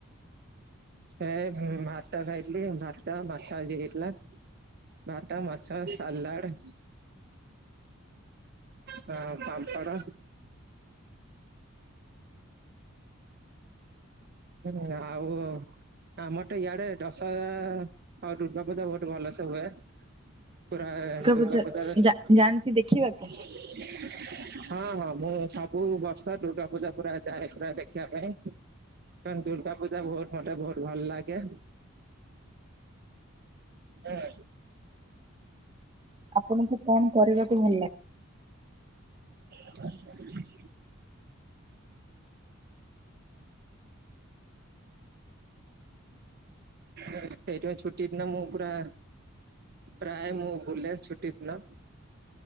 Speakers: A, on the right (about 50°); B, on the right (about 25°).
A: ଏ ଭାତ ଖାଇଥିଲି ଭାତ ମାଛ ଆଜି ହେଇଥିଲା। ଭାତ ମାଛ, ସାଲାଡ଼। ହଁ, ପାମ୍ପଡ଼। ହୁଁ, ଆଉ। ଆମର ତ ଇଆଡ଼େ ଦଶହରା ଆଉ ଦୁର୍ଗାପୂଜା ବହୁତ ଭଲସେ ହୁଏ। ପୁରା ଦୁର୍ଗା
B: ପୂଜା
A: ପୂଜାରେ ହଁ,
B: ଯା ଯାଆନ୍ତି ଦେଖିବାକୁ?
A: ହଁ, ମୁଁ ସବୁ ବର୍ଷ ଦୁର୍ଗା ପୂଜା ପୁରା ଯାଏ ପୁରା ଦେଖିବା ପାଇଁ। ଦୁର୍ଗା ପୂଜା ବହୁତ ମୋତେ ବହୁତ ଭଲ ଲାଗେ। ଏଇ।
B: ଆପଣଙ୍କୁ କଣ କରିବାକୁ ଭଲ ଲା
A: <unintelligible> ସେଇଥିପାଇଁ ଛୁଟି ଦିନ ମୁଁ ପୁରା ପ୍ରାୟ ମୁଁ ବୁଲେ ଛୁଟି ଦିନ।